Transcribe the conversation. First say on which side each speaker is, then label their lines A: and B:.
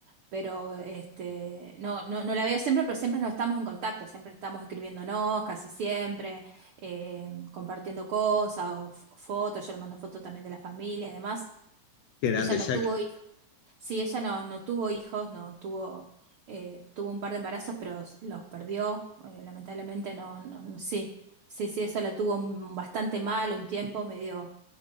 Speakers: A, on the right (about 60°); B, on the left (about 70°).
A: pero este, no, no, no la veo siempre, pero siempre nos estamos en contacto, siempre estamos escribiéndonos, casi siempre, eh, compartiendo cosas o f- fotos, yo le mando fotos también de la familia y demás.
B: qué grande,
A: Ella no
B: Jack.
A: tuvo hijos, sí, ella no, no tuvo hijos, no tuvo, eh, tuvo un par de embarazos, pero s- los perdió, eh, lamentablemente no, no, no- sí, sí, sí, eso la tuvo m- bastante mal un tiempo, medio